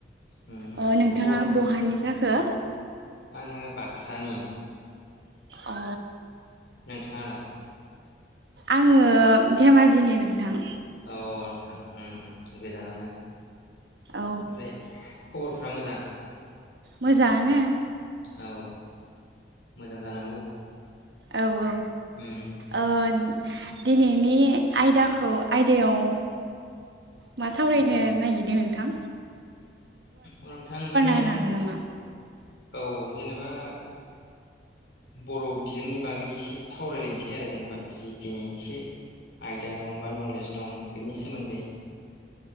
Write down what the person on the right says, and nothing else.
अ नोंथाङा
बहानि जाख हो
अ
आङो धेमाजिनि नोंथां
औ
मोजाङानो
औ औ
ओ दिनैनि आयदाखौ आयदायाव मा सावरायनो
नागिरदों थां
होनो हागोन नामा